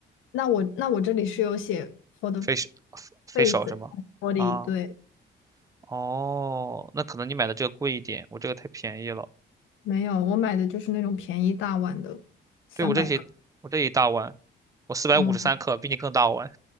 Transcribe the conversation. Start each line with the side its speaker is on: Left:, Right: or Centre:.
Left: 那我那我这里是有写 for the
Right: facial facial
Left: face
Right: 是吗？
Left: a n body，
Right: 啊，
Left: 对，
Right: 哦，那可能你买的这个贵一点，我这个太便宜了。
Left: 没有，我买的就是那种便宜大碗的，三百克。
Right: 对，我这些，我这一大碗，我四百五十三克，
Left: 嗯，
Right: 比你更大碗，